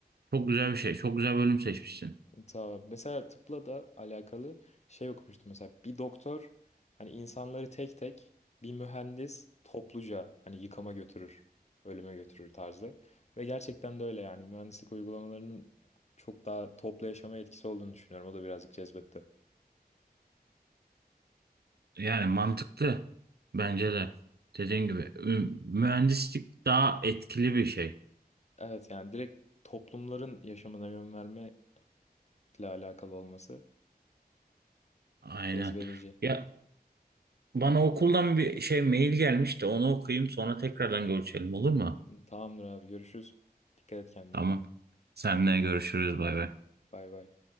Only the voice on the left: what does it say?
Tamam. Mesela tıpla da alakalı şey okumuştum. Mesela bir doktor hani insanları tek tek bir mühendis topluca hani yıkama götürür, ölüme götürür tarzı. Ve gerçekten de öyle yani mühendislik uygulamalarının çok daha toplu yaşama etkisi olduğunu düşünüyorum. O da birazcık cezbetti.
Evet yani direkt toplumların yaşamına yön verme ile alakalı olması
cezbedici.
Tamamdır abi görüşürüz. Dikkat et kendine.
Bay bay.